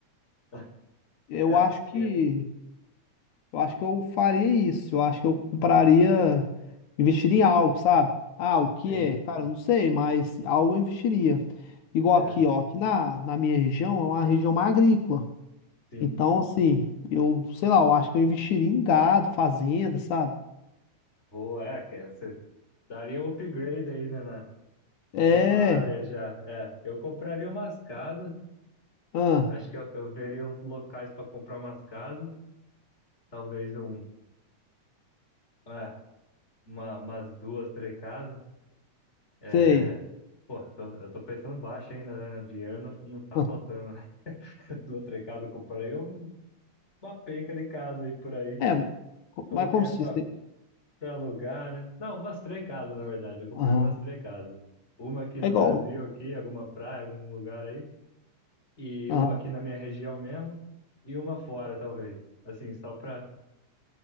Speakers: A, on the left (about 20°); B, on the left (about 80°).
A: <laughs>
B: eu
A: É,
B: acho
A: é,
B: que Eu acho que eu faria isso. Eu acho que eu compraria, investiria em algo, sabe? Ah, o que
A: sim,
B: é? Cara, eu não sei, mas algo eu investiria. Igual
A: é,
B: aqui, ó, aqui na, na minha região é uma região mais agrícola.
A: sim.
B: Então, assim, eu, sei lá, eu acho que eu investiria em gado, fazenda, sabe?
A: Boa, é, que você daria um upgrade aí, né, na,
B: É,
A: na sua área já. É, eu compraria umas casas,
B: ah,
A: acho que eu, eu veria uns locais para comprar umas casas, talvez um, É, uma, umas duas, três casas. É,
B: sei.
A: pô, tô- eu tô pensando baixo ainda, né? Dinheiro não, não tá
B: Ah,
A: faltando, né? <laughs> Duas, três casas, eu comprei um- uma penca de casa aí por aí.
B: é, co-
A: Coloquei
B: mas como se
A: pra,
B: diz, né?
A: pra alugar, né? Não, umas três casas, na verdade. Eu comprei
B: Aham.
A: umas três casas. Uma aqui no
B: É igual.
A: Brasil, aqui, alguma praia, algum lugar aí. E
B: Aham.
A: uma aqui na minha região mesmo. E uma fora, talvez. Assim, só pra.